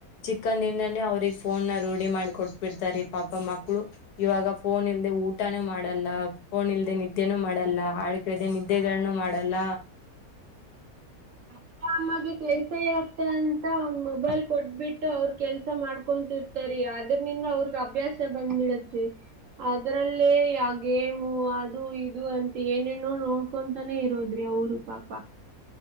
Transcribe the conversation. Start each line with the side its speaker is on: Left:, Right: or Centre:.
Left: ಚಿಕ್ಕಂದ ದಿನಲ್ಲಿ ಅವ್ರಗ್ ಫೋನ್ ನ ರೂಢಿ ಮಾಡಿ ಕೊಟ್ ಬಿಿಡ್ತಾರೆ ಪಾಪ ಮಕ್ಕ ಮಕ್ಕಳು ಇವಾಗ ಫೋನ್ ಇಲ್ಲದೆ ಊಟಾನೂ ಮಾಡಲ್ಲ ಫೋನ್ ಇಲ್ಲದೆ ನಿದ್ದೆನೂ ಮಾಡಲ್ಲ ಹಾಡು ಕೇಳದೆ ನ್ದೆಗಳನ್ನು ಮಾಡಲ್ಲ
Right: ಹ ಅಮ್ಮಗೆ ಕೆಲ್ಸ ಇರುತ್ತೆ ಅಂತ ಒಂದ್ ಮೊಬೈಲ್ ಕೊಟ್ಬಿಟ್ಟು ಅವರು ಕೆಲ್ಸ ಮಾಡ್ಕೊಂತಿರ್ತಾರ ಅದ್ರಿಂದ ಅವ್ರಗ್ ಅಭ್ಯಾಸ ಬಂದ್ಬಿಡುತ್ತೆ ಅದ್ರಲ್ಲೇ ಯ ಗೇಮು ಅದು ಇದು ಅಂತ ಏನೇನೋ ನೋಡ್ಕೊಂತಾನೇ ಇರೋದ್ರಿ ಊರು ಪಾಪಾ